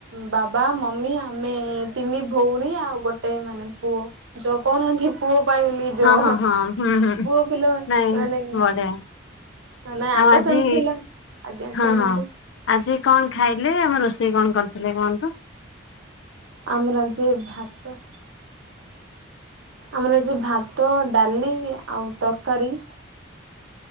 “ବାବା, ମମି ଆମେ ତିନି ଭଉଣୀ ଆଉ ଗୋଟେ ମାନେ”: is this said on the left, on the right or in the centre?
Right